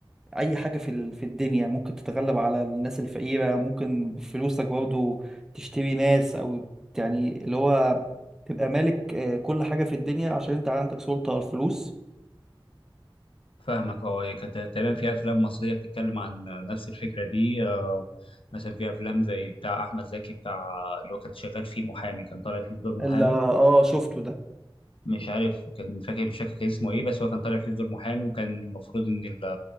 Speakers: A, in the centre; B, on the left.
A: أي حاجة في ال- في الدنيا ممكن تتغلب على الناس الفقيرة ممكن بفلوسك برضه تشتري ناس أو يعني اللي هو تبقى مالك آه كل حاجة في الدنيا عشان انت عندك سلطة على الفلوس
B: فاهمك اه هي كانت تقريبا في افلام مصريه بتتكلم عن آه، نفس الفكره دي آه، مثلا في افلام زي بتاع احمد زكي بتاع اللي هو كان شغال فيه محامي كان طالع فيه بدور محامي
A: اللي اه شفته ده
B: مش عارف كان فاكر مش فاكر كان اسمه ايه بس هو كان طالع فيه في دور محامي وكان المفروض ان ال-